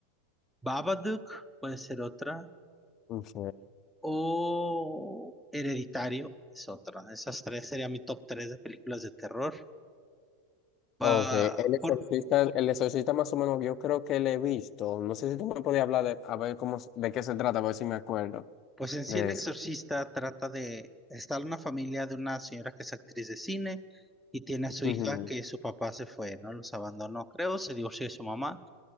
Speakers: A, in the centre; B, on the left.
A: Babadook puede ser otra,
B: Ok.
A: o Hereditario es otra. Esas tres serían mi top tres de películas de terror. Pa-
B: Ok, el exorcista,
A: por,
B: el exorcista más o menos yo creo que le he visto. No sé si tú me podías hablar de, a ver cómo, s- de qué se trata, a ver si me acuerdo
A: Pues en sí
B: de
A: El Exorcista
B: eso.
A: trata de estar una familia de una señora que es actriz de cine y tiene a su hija
B: Ujú,
A: que su papá se fue, ¿no? Los abandonó, creo, se divorció de su mamá.